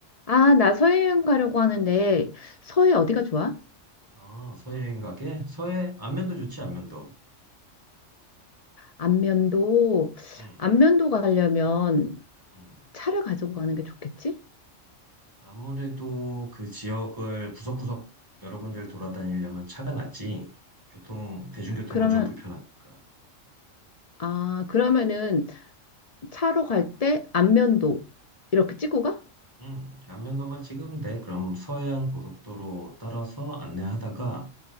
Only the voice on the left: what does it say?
아, 나 서해여행 가려고 하는데 서해 어디가 좋아?
안면도
안면도 가려면
차를 가지고 가는 게 좋겠지?
그러면
아, 그러면은 차로 갈 때 안면도 이렇게 찍고 가?